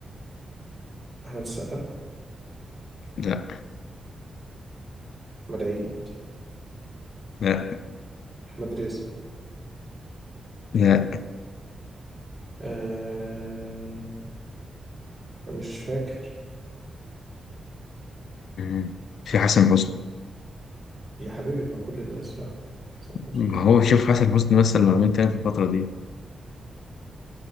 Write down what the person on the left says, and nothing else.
لا
لا
لا
<clears throat> في حسن حسني
ما هو شوف حسن حسني مثلا لو عملت تاني في الفترة دي